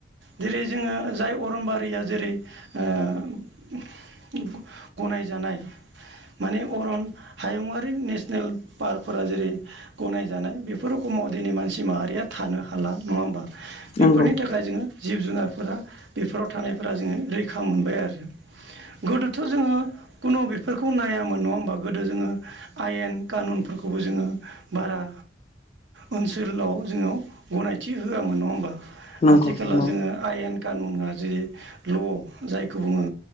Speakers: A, on the right; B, on the left.
A: जेरै जोङो जाय अरमबारिया जेरै ओ गनायजानाय माने अरन हायुआारि नेसनेल पार्क। फोर जेरै गनायजानाय बेफोर रोखोमाव दिनै मानसि माहारिया थानो हाला नङा होमबा। बेफोरनि
B: नंगौ
A: थाखाय जोङो। जिब जुनारफोरा बेफोराव थानायफोरा जोङो रैखा मोनबाय आरो। गोदोथ' जोङो कुनु बेफोरखौ नायामोन नङा होमबा गोदो जोङो आयेन कानुनफोरखौबो जोङो बारा ओनसोलाव जोङो गनायथि होआमोन नङा होमबा?
B: नंगौ
A: आथिखालाव
B: नंगौ नंगौ
A: जोङो आयेन कानुना जेरै ल' जायखौ बुङो